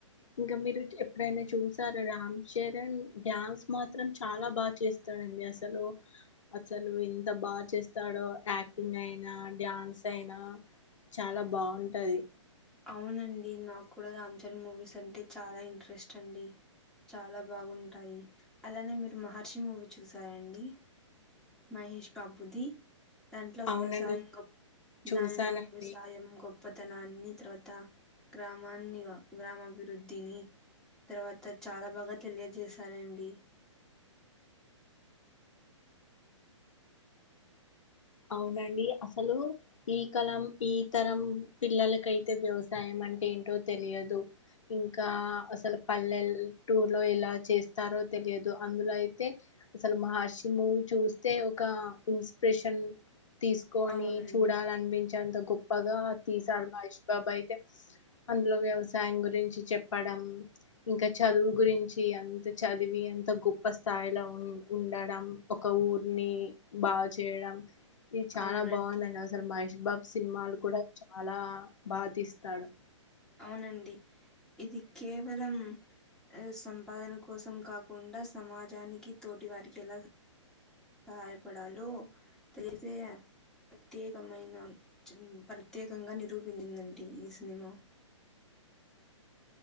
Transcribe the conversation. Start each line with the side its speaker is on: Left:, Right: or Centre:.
Left: ఇంకా మీరు ఎప్పుడైనా చూసారా రామ్ చరణ్ డాన్స్ మాత్రం చాలా బాగా చేస్తాడండి అసలు అసలు ఇంత బాగా చేస్తాడో యాక్టింగ్ గ్ అయినా డ్యాన్స్ అయినా చాలా బాగుంటది
Centre: అవునండి నాకు కూడా రామ్ చరణ్ మూవీస్ అంటే చాలా ఇంట్రెస్ట్ అండి చాలా బాగుంటాయి అలానే మీరు మహర్షి మూవీ చూసారండి మహేష్ బాబుది దాంట్లో వ్యవసాయ
Left: అవునండి
Centre: గొప్
Left: చూసానండి
Centre: దానిలో వ్యవసాయం గొప్పతనాన్ని తర్వాత గ్రామాన్నీ గ్రామాభివృద్ధిని తర్వాత చాలా బాగా తెలియజేసారండి
Left: అవునండి అసలు ఈ కలం ఈ తరం పిల్లలకైతే వ్యవసాయం అంటే ఏంటో తెలియదు ఇంకా అసలు పల్లెల టూర్ లో ఎలా చేస్తారో తెలియదు అందులో అయితే అసలు మహర్షి మూవీ చూస్తే ఒక ఇన్స్పిరేషన్ తీసుకొని
Centre: అవునండి
Left: చూడాలనిపించేంత గొప్ గొప్పగా తీసాడు మహష్ బాబు అయితే అందులో వ్యవసాయం గురించి చెప్పడం ఇంకా చదువు గురించి ఎంత చదివి ఎంత గొప్ప స్థాయిలో ఉం ఉండడం ఒక ఊరిని బాగా చేయడం ఇది చాలా
Centre: అవునండి
Left: బాగుందని అసలు మహే బాబ్ సినిమాలు కూడా చాలా బాగా తీస్తాడు
Centre: అవునండి ఇది కేవలం సంపాదన కోసం కాకుండా సమాజానికి తోటి వారికి ఎలా <unintelligible> పెడితే ప్రత్యేకమైన ప్రత్యేకంగా నిరూపించిందండి ఈ సినిమా